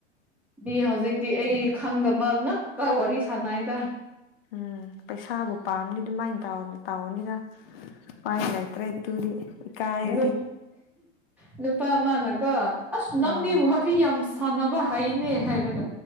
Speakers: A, in the centre; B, on the left.
A: ꯃꯤ ꯍꯧꯖꯤꯛꯇꯤ ꯑꯩ ꯈꯪꯗꯕ ꯉꯛꯇ ꯋꯥꯔꯤ ꯁꯥꯟꯅꯩꯗ
B: ꯎꯝ ꯄꯩꯁꯥꯕꯨ ꯄꯥꯝꯂꯗꯤ ꯗꯨꯃꯥꯏꯅ ꯇꯥꯎꯟ ꯇꯥꯎꯟꯅꯤꯗ ꯎꯄꯥꯏ ꯂꯩꯇ꯭ꯔꯦ ꯇꯨꯗꯤ ꯏꯀꯥꯏꯔꯗꯤ
A: ꯅꯨꯞ ꯅꯨꯄꯥ ꯃꯥꯅꯀꯣ ꯑꯁ ꯅꯪꯗꯤ
B: ꯑꯥ
A: ꯋꯥꯔꯤ ꯌꯥꯝ ꯁꯥꯟꯅꯕ ꯍꯥꯏꯅꯦ ꯍꯥꯏꯔꯒ